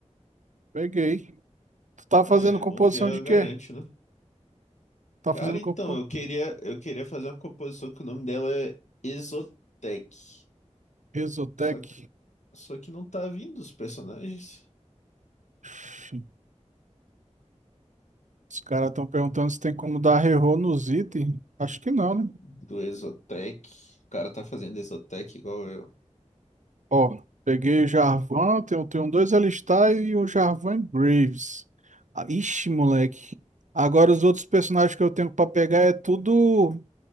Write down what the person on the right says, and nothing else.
Peguei. Tu tá fazendo
composição
de
quê?
Tá
fazendo
compo...
Exotec.
Ixi, Os caras estão perguntando se tem como dar reroll nos itens. Acho que não, né?
Ó, peguei o Jarvan, tenho, tenho dois Alistar e o Jarvan e Graves. Ah, Ixi, moleque. Agora os outros personagens que eu tenho pra pegar é tudo